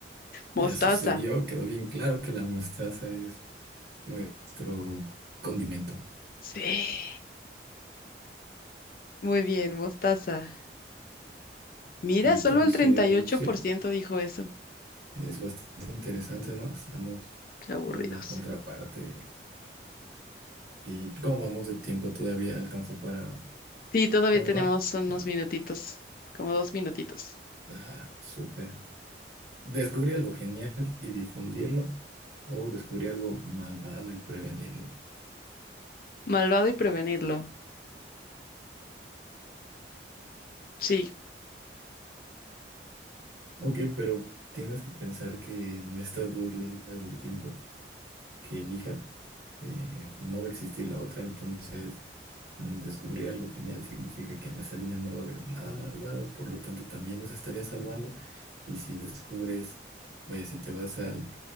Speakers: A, on the left; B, on the right.
A: Mostaza.
B: ya sucedió, quedó bien claro que la mostaza es nuestro condimento.
A: Sí. Muy bien, mostaza. Mira,
B: Entonces,
A: solo el treinta y ocho
B: sí,
A: por ciento dijo eso.
B: es bastante interesante, ¿no? Estamos
A: Qué aburridos.
B: en la contraparte. ¿Y cómo vamos de tiempo? Todavía alcanza para
A: Sí, todavía
B: una
A: tenemos
B: más.
A: unos
B: Va.
A: minutitos, como dos minutitos.
B: Ah, súper. Descubrí algo genial y difundirlo, o descubrí algo malvado y prevenirlo.
A: Malvado y prevenirlo. Sí,
B: Ok, pero tienes que pensar que en estas dos líneas del tiempo que elija, eh, no va a existir la otra, entonces mm, descubrir algo genial significa que en esa línea no va a haber nada malvado, por lo tanto también nos estaría salvando. Y si descubres, vaya, si te vas al